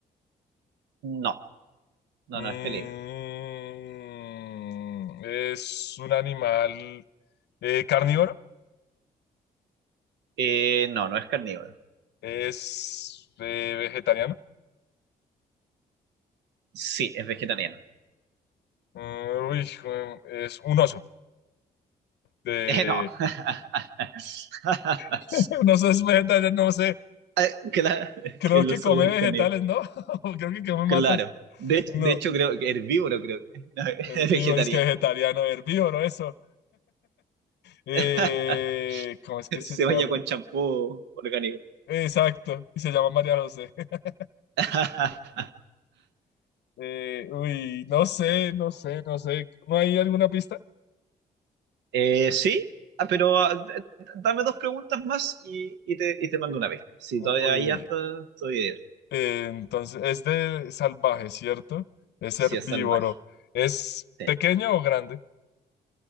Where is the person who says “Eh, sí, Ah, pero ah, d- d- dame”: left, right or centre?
Right